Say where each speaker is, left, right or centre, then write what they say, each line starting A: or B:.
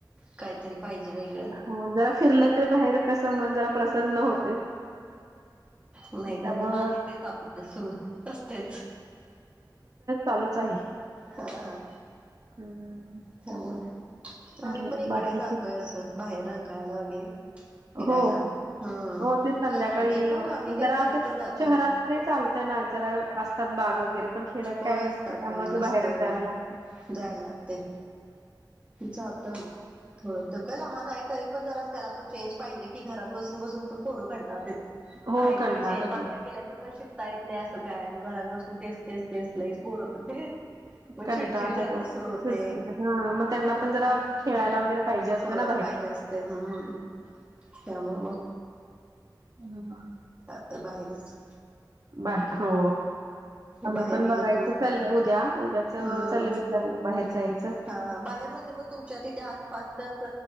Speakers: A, on the right; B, on the right.
A: काहीतरी पाहिजे वेगळं
B: हा जरा फिरलं तररी बाहेर कस मन जरा प्रसन्न होते.
A: नाही
B: त्यामुळं
A: तर मग आहे तेच आपल्या सुरू असतेच.
B: चा आहे.
A: हा
B: हम्म
A: त्यामुळे
B: चालेल
A: आम्ही पण इकडे
B: बाकी
A: जातोय असं बाहेर रंगकायला वगैरे फिरायला
B: हो
A: हम्म
B: हो ते संध्याकाळी
A: ते पण
B: अ,
A: आम्ही काय
B: जरा
A: कधी
B: असे
A: तर जातोय.
B: शहरात ते चालतय ना जरा असतात बाग वगैरे पण खेड्यात
A: होय
B: काय नसते
A: असतात
B: त्यामुळे
A: होय
B: ते
A: नसते
B: बाहेरच
A: होय
B: जायला लागतं.
A: जायला लागते. जता. थोडं तेव काय लहान आहे तरी पण जरा त्याला पण चेंज पाहिजे की घरात बसून बसून पण पोरं कणतात
B: हो
A: काहीतरी
B: कंटाळतात
A: जे बाहेर
B: मुलं
A: गेल्याशिय पण शिक त यत नाही असं काय मग घरात बसून तेच तेच तेच नाहीईच बोरवत ते मग
B: कंटा
A: चिडचिड
B: आता
A: करणं
B: तो
A: सुरू होते
B: खिडखिड हा मग त्यांना पण जरा खेळायला वगैरे पाहिजे असतं
A: हो
B: ना
A: पाहिजे असत हम्म त्यामुळे मग
B: हम् हम.
A: तर माहेरच
B: बा हो. आम्ही
A: बाहेर
B: पण बघायचं
A: गेले की मग
B: चल उद्या उद्याचं
A: हम्म
B: लले प्लॅनिंग बाहेर जायचं.
A: हा हा बाहेर म्हणजे मग तुमच्या तिथे आसपासचाच